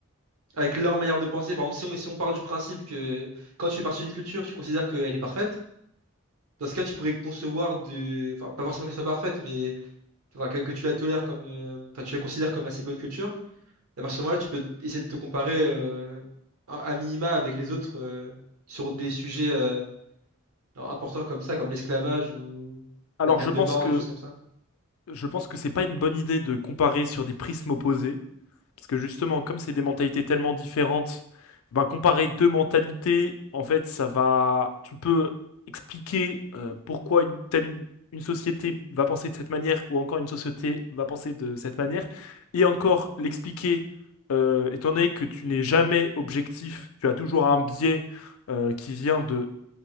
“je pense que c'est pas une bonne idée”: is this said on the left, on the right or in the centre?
Left